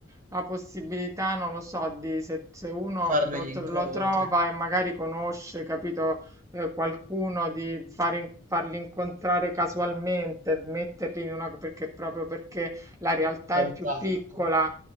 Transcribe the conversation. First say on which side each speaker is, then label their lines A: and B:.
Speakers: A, on the right; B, on the right.
A: la possibilità, non lo so, di se, se uno
B: fare
A: lo,
B: degli
A: tr-
B: incontri,
A: lo trova e magari conosce, capito, eh, qualcuno di far in- farli incontrare casualmente, metterli in una, perché proprio perché la realtà
B: contatto.
A: è più piccola,